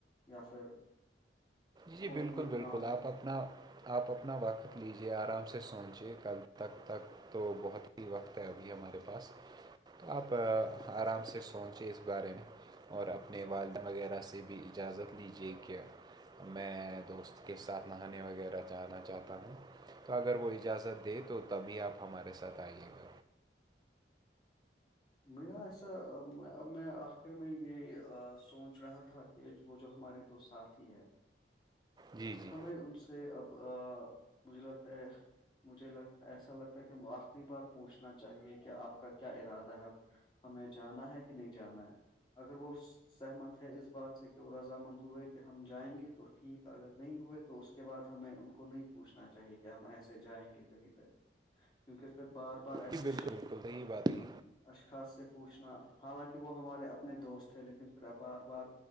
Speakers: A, on the left; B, on the right.
A: یا پھر
B: جی
A: اور
B: بالکل
A: کوئی
B: بالکل
A: کام
B: آپ اپنا آپ اپنا وقت لیجیے آرام سے سوچیے کل تک تک تو بہت ہی وقت ہے ابھی ہمارے پاس آپ آرام سے سوچے اس بارے میں اور اپنے والدہ وغیرہ سے بھی اجازت لیجیے کیا میں دوست کے ساتھ نہانے وغیرہ جانا چاہتا ہوں تو اگر وہ اجازت دے تو تبھی آپ ہمارے ساتھ آئیے گا
A: میرا ایسا اب میں آخر میں یہ سوچ رہا تھا یہ وہ جو ہمارے دو ساتھی ہے
B: جی جی
A: ہمیں ان سے اب مجھے لگتا ہے مجھے لگ ایسا لگتا ہے کہ آخری بار پوچھنا چاہیے کہ آپ کا کیا ارادہ ہے اب ہمیں جانا ہے کہ نہیں جانا ہے اگر وہ سہمت ہے اس بات سے کہ وہ رض مند ہوئے کہ ہم جائیں گے تو ٹھیک اگر نہیں ہوئے تو اس کے بعد ہمیں ان کو نہیں پوچھنا چاہیے کہ ہم ایسے جائیں گے کہیں پہ کیونکہ پھر بار بار ای آش
B: جی بالکل بالکل صحیح بات ہے
A: اشخاص سے پوچھنا حالانکہ وہ ہمارے اپنے دوست تھے لیکن پھر اب بار بار